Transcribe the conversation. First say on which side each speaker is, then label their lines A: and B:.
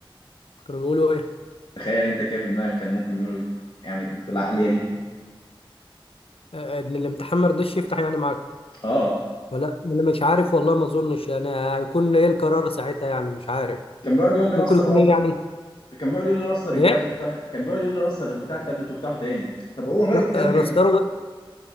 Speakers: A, on the left; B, on the left.
A: كانوا بيقولوا ايه
B: تخيل أنت كده في دماغك كان ممكن يقولوا إيه يعني بالعقلية دي
A: آه، آه، ان الامتحان ما رضاش يفتح يعني معاكم
B: آه
A: ولا انا مش عارف والله ما اظنش يعني هيكون ايه القرار ساعتها يعني مش عارف
B: كان بيقعد يقول لي
A: ممكن
B: رستر
A: يكون
B: الراوتر
A: ايه يعني
B: كان بيقعد يقول لي رستر الجهاز
A: ايه
B: وافتح كان بيقعد يقول لي رستر بتاع التابلت وافتحه تاني طب هو ماله
A: ر-
B: التابلت
A: رسترو